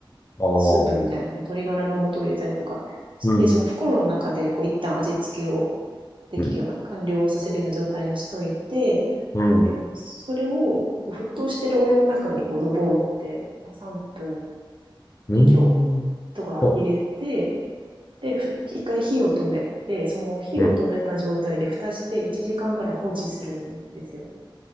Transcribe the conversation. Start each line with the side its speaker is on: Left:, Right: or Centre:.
Left: ああ、うん。
Right: スープみたいな感じで、鶏ガラの素を入れたりとかして、
Left: うん。
Right: その袋の中で、こう、一旦味付けをできるような、
Left: うん。
Right: 完了させるような状態にしといて、
Left: うん。
Right: で、それを、こう沸騰してるお湯の中にこうドボンって、なん3分
Left: うん。
Right: 強とか入れて、
Left: はい。
Right: で、ふ一回火を止めて、その火を止めた状態で蓋して1時間ぐらい放置するんですよ。
Left: うん。